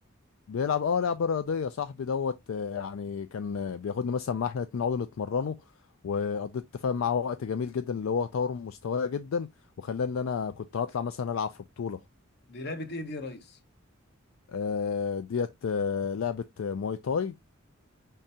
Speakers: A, on the left (about 75°); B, on the left (about 55°).
A: بيلعب اه لعبة رياضية صاحبي دوت آه، يعني كان آه، بياخدني مثلا مع احنا الاتنين نقعد نتمرنه وقضيت تفاهم معاه وقت جميل جدا اللي هو طور من مستواي جدا وخلاني ان انا كنت هطلع مثلا العب في بطولة
B: دي لعبة ايه دي يا ريس
A: آه، ديت آه، لعبة آه، مواي تاي